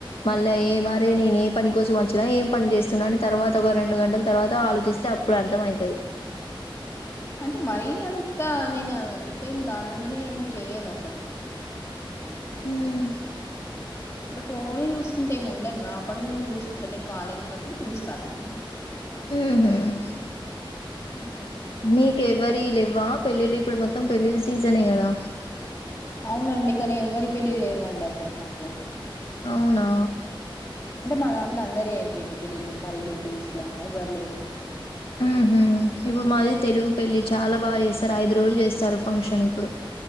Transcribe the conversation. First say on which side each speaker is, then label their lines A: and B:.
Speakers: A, on the left (about 80°); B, on the left (about 30°).
A: మళ్ళా ఏ మరే నేను ఏ పని కోసం వచ్చినా ఏ పని చేస్తా తున్నాని తర్వాత ఒక రెండు గంటల తర్వాత ఆలోచిస్తే అప్పుడు అర్థమైతది
B: అంటే మరి అంతా నేన టెం దాని మీదనే ఏం చెయను అసలు
A: హ్మ్
B: అంటే ఫోనే చూసుకుంటే ఏమి ఉండదు నా పనులు నేను చూసుకుంటా నేను ఖాలీ ఉన్నప్పుడు చూస్తారులా
A: లేదు మేడం
B: ఉమ్.
A: మీకేవరివ్ లెవ్ వా పెళ్ళిళ్ళ ఇప్పుడు మొత్తం పెళ్లిలా సీజనే కదా
B: అవునండి కానీ ఎవ్వరి పెళ్ళి లేవండి అసలు మాకు
A: అవునా
B: అంటే మా దాంట్ల అందరియి అయిపోయినాయి పెళ్లిలు మా రిలేటివ్స్ లా ఎవ్వరు లేరు
A: ఉహు ఇప్పుడు మాది తెలుగు పెళ్ళి చాలా బాగా చేస్తారు ఐదు రోజులు చేస్తారు ఫంక్షన్ ఇప్పుడు